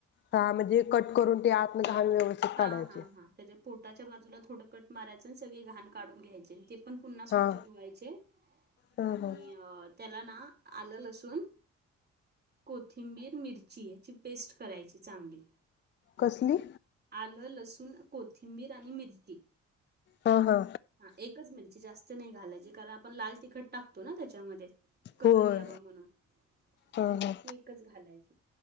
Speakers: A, on the left (about 40°); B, on the right (about 35°).
A: हा म्हणजे कट- करून ते आतनं
B: हा
A: घाण व्यवस्थित
B: हा
A: काढायचे.
B: हा हा त्याच्या पोटाच्या बाजूला थोडं कट माराय- सगळी घाण काढून घ्यायची न ते- पण पुन्हा
A: हा
B: स्वच्छ धुवायचे,
A: हा
B: आणि
A: हा.
B: त्याला ना? आलं, लसून, कोथिंबीर, मिरची ह्याची पेस्ट करायची चांगली.
A: कसली?
B: आलं लसून- कोथिंबीर आणि मिरची.
A: हा हा
B: हा- एकच मिरची जास्त- नाही घालायचे कारण आपण लाल तिखट टाकतो ना त्याच्यामध्ये, कलर
A: होय.
B: यावा म्हणून,
A: हा
B: हं
A: हा
B: -एकच घालायची.